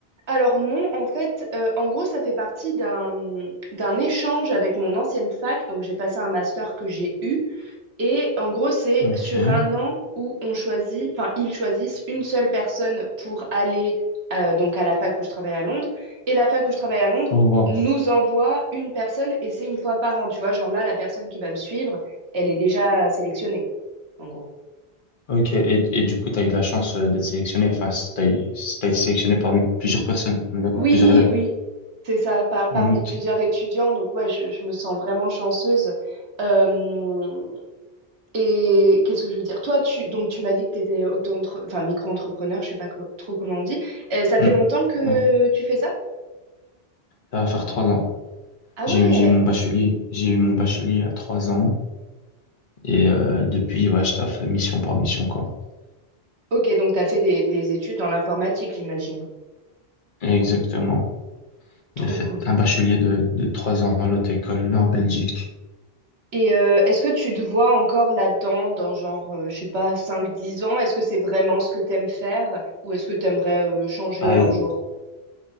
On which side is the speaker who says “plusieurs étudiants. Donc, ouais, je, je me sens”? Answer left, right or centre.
Right